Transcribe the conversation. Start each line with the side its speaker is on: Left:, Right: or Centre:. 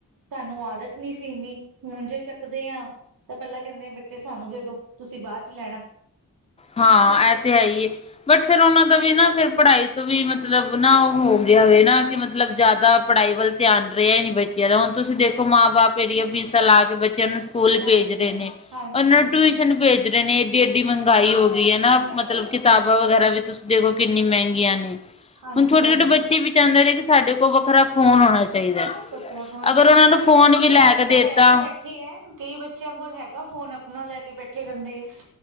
Right: ਸਾਨੂੰ ਆਦਤ ਨੀ ਸੀ ਇੰਨੀ, ਹੁਣ ਜੇ ਚੱਕਦੇ ਆਂ ਤਾਂ ਪਈਲਾਂ ਕੈਂਦੇ ਆ ਬੱਚੇ ਸਾਨੂੰ ਦੇਦੋ, ਤੁਸੀਂ ਬਾਦ ਚ ਲੈਣਾ।
Left: ਹਾਂ, ਐ ਤੇ ਹੈ ਹਿਏ। ਬਟ ਫੇਰ ਓਨਾਂ ਦਾ ਵੀ ਨਾ ਫੇਰ ਪੜਾਈ ਤੋਂ ਵੀ ਮਤਲਬ ਨਾ ਓ ਹੋ ਗਿਆ ਵੇ ਨਾ ਕਿ ਮਤਲਬ ਜਾਦਾ ਪੜ੍ਹਾਈ ਵੱਲ ਧਿਆਨ ਰਿਹਾ ਹੀਨੀ ਬੱਚਿਆਂ ਦਾ ਹੁਣ ਤੁਸੀਂ ਦੇਖੋ, ਮਾਂ-ਬਾਪ ਏਨੀਆਂ ਫੀਸਾਂ ਲਾਕੇ ਬੱਚਿਆਂ ਨੂੰ ਸਕੂਲ
Right: ਪੜ੍ਹਾਉਂਦੇ
Left: ਭੇਜ ਰਹੇ
Right: ਆ
Left: ਨੇ,,
Right: ਹਾਂਜੀ
Left: ਓਨਾਂ
Right: ਹਾਂਜੀ
Left: ਨੂੰ ਟਿਊਸ਼ਨ ਭੇਜ ਰਹੇ ਨੇ, ਏਡੀ-ਏਡੀ ਮਹਿੰਗਾਈ ਹੋ ਗਈ ਹੈਨਾ। ਮਤਲਬ ਕਿਤਾਬਾਂ
Right: ਉਹ ਤਾਂ ਹੈ
Left: ਵਗੈਰਾ ਵੀ ਤੁਸੀਂ ਦੇਖੋ, ਕਿੰਨੀ ਮਹਿੰਗੀਆਂ ਨੇ।
Right: ਹਾਂਜੀ
Left: ਹੁਣ ਛੋਟੇ-ਛੋਟੇ
Right: ਹਾਂਜੀ
Left: ਬੱਚੇ ਵੀ ਚਾਂਦੇ ਨੇ ਕਿ ਸਾਡੇ ਕੋਲ ਵੱਖਰਾ ਫੋਨ ਹੋਣਾ ਚਾਹੀਦਾ।
Right: ਸਕਰਾ ਖਾਂ
Left: ਅਗਰ
Right: ਛੋਟੇ-ਛੋਟੇ
Left: ਉਹਨਾਂ ਨੂੰ ਫੋਨ
Right: ਬੱਚੇ
Left: ਵੀ
Right: ਅੱਜ
Left: ਕੇ ਦੇਤਾ
Right: ਕੱਲ ਲੈ ਕੇ ਬੈਠੇ ਇਠੇ ਐ ਕਈ ਬੱਚਿਆਂ ਕੋਲ ਹੈਗਾ ਫੋਨ ਆਪਣਾ ਲੈ ਕੇ ਬੈਠੇ ਰੈਂਦੇ ਆ।